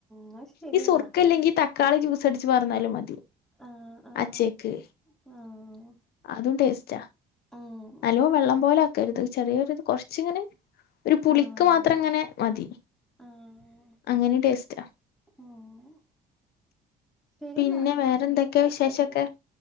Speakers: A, in the centre; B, on the left (about 70°).
A: എന്നാ ശരി
B: ഈ സ്വർക്കല്ലെങ്കി
A: എന്നാ
B: തക്കാളി ജ്യൂസ് അടിച്ച് പർന്നാലും മതി
A: ആഹ് ആഹ്
B: അച്ചക്ക്
A: ആഹ്
B: അതും ടേസ്റ്റാ
A: ഉം
B: നലോ വെള്ളം പോലു ഒക്കരുത് ചെറിയൊരു കൊർച്ചിങ്ങനെ ഒരു പുളിക്ക്
A: ആഹ്
B: മാത്രം ങ്ങനെ മതി
A: ആഹ്
B: അങ്ങനെ ടേസ്റ്റാ
A: ഉം ശരിെന്നാ
B: പിന്നെ വേറെന്തൊക്കെയാ
A: നീ കട്ടാക്കികാള
B: വിശേഷൊക്കെ